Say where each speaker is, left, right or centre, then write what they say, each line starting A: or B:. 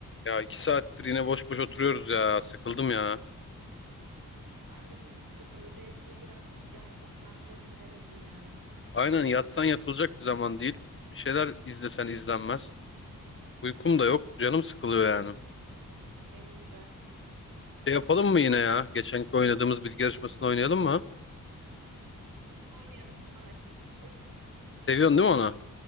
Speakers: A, on the left (about 35°); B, on the right (about 80°).
A: Ya iki saattir yine boş boş oturuyoruz ya. Sıkıldım ya.
B: Ben de çok sıkıldım. Bir de Ezgi'yi bıraktık geldik. Ne yapacağız bilemedim yani.
A: Aynen yatsan yatılacak bir zaman değil. Bir şeyler izlesen izlenmez. Uykum
B: Evet,
A: da yok. Canım sıkılıyor yani.
B: benim de.
A: Şey
B: Ne
A: yapalım
B: yapsak
A: mı
B: ki?
A: yine ya? Geçenki oynadığımız bilgi yarışmasını oynayalım mı?
B: Oynayalım. Anlaştık. <laughs>
A: Seviyorsun değil mi onu?